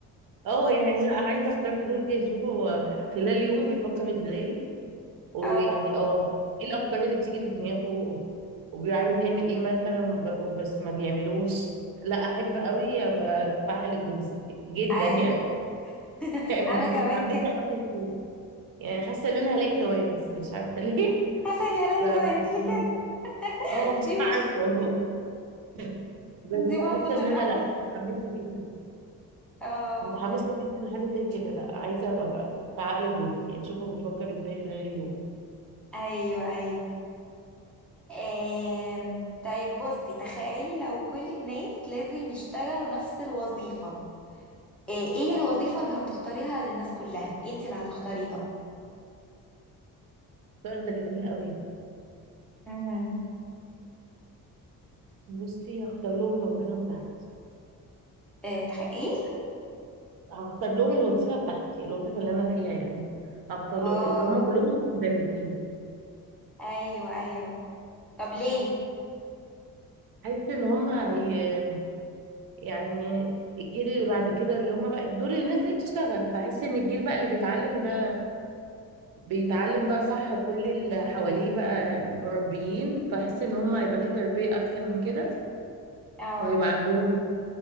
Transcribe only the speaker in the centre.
اه
ايوه
<laughs>
انا كمان
كده
حسن يا ليك
كويس ليه كده
دي
مش
دي
برضه من
رحمة
اه
ايوه ايوه آم. طيب بصي تخيلي لو كل الناس لازم يشتغلوا نفس الوظيفة آه، ايه الوظيفة اللي هتختاريها للناس كلها انت اللي هتختاريها
امم
آه، تخ... ايه
اه
ايوه ايوه طب ليه
اه